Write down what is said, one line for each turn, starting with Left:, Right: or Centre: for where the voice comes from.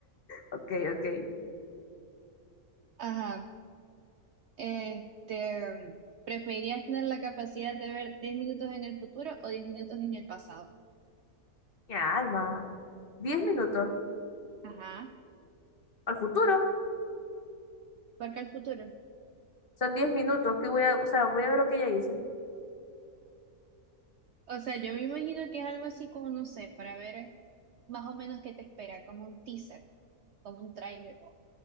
Left: Ok, ok.
Right: Ajá. Este, ¿Preferirías tener la capacidad de ver 10 minutos en el futuro o 10 minutos en el pasado?
Left: Mi alma. Diez minutos.
Right: ajá.
Left: ¿Al futuro?
Right: Porque el futuro.
Left: Son diez minutos que voy a, o sea, voy a ver lo que ella hice.
Right: O sea, yo me imagino que es algo así como, no sé, para ver más o menos qué te espera, como un teaser, como un tráiler.